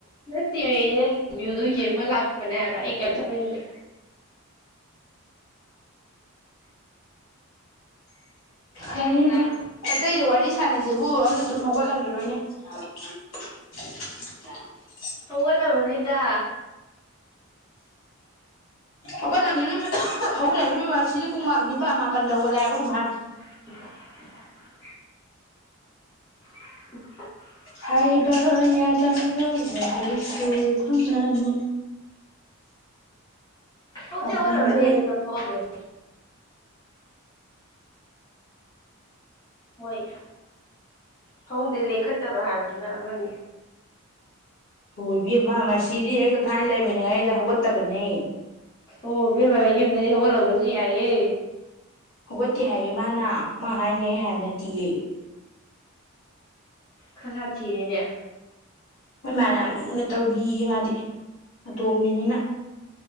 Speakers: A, on the left; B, on the left.
A: ꯅꯠꯇꯃꯦ ꯑꯩ ꯅꯪꯒꯤ ꯌꯨꯗꯣ ꯌꯦꯡꯕ ꯂꯥꯛ ꯕꯅꯦ ꯍꯥꯏꯕ ꯑꯩ ꯀꯌꯤꯝ ꯆꯠꯅꯤꯡꯗꯦ꯫
B: <unintelligible> ꯑꯇꯩꯗꯣ ꯋꯥꯔꯤ ꯁꯥꯥꯟꯅꯖꯦꯕꯨ ꯑꯝꯇ ꯇꯨꯝ ꯍꯧꯒꯠꯂꯝꯒꯤꯔꯣꯏꯅꯦ <unintelligible>
A: ꯍꯧꯒꯠ ꯂꯝꯃꯅꯤꯗ꯫
B: ꯍꯧꯒꯠ ꯂꯝꯒꯤꯔꯣꯏ <unintelligible> ꯍꯧꯒꯠꯂꯝꯒꯤꯔꯣꯏ ꯃꯔꯁꯤꯖꯨ ꯄꯨꯡ ꯃ ꯅꯤꯄꯥ꯭ ꯃꯥꯄꯟꯗ ꯍꯧꯒꯠꯂꯦ ꯍꯥꯏꯕ <unintelligible>
A: <unintelligible> <unintelligible>
B: ꯍꯥꯏꯕ ꯌꯥꯗꯕ ꯋꯥꯍꯩꯁꯨ ꯊꯝꯂꯅꯨ꯫
A: ꯍꯧꯗꯤ
B: ꯑꯄꯥꯝꯕ
A: ꯍꯧꯒꯠꯂꯝꯃꯅꯤꯍꯦ ꯃꯤꯠꯀꯞ ꯊꯣꯛꯑꯝꯃꯅꯤ꯫ ꯃꯣꯏ ꯐꯃꯨꯡꯗꯩ ꯂꯦꯡꯈꯠꯇꯕ ꯍꯥꯏꯕꯗꯨꯅ ꯑꯃꯅꯤ꯫
B: ꯍꯣꯏꯕꯦꯃ ꯃꯔꯁꯤꯗꯤ ꯑꯩꯒ ꯊꯥꯏꯅ ꯂꯩꯃꯤꯅꯔꯤꯉꯩꯗ ꯍꯧꯒꯠꯇꯕꯅꯦ꯫
A: ꯍꯣ ꯏꯕꯦꯝꯃ ꯌꯨꯝꯗꯗꯤ ꯍꯧꯒꯠꯂꯝꯕꯖꯨ ꯌꯥꯏꯌꯦ꯫
B: ꯍꯧꯒꯠꯇꯦ ꯍꯥꯏꯌꯦ ꯃꯥꯅ꯫ ꯃꯥ ꯍꯥꯏꯅꯦ ꯑꯩ ꯍꯥꯏꯕ ꯅꯠꯇꯤꯌꯦ꯫
A: ꯈꯁꯥꯊꯤꯔꯦꯅꯦ꯫
B: ꯃꯣꯏ ꯃꯥꯅ ꯌꯥꯝ ꯂꯨꯅ ꯇꯧꯕꯤꯌꯦ ꯃꯥꯗꯤ ꯑꯇꯣꯝꯕꯤꯅꯤꯅ꯫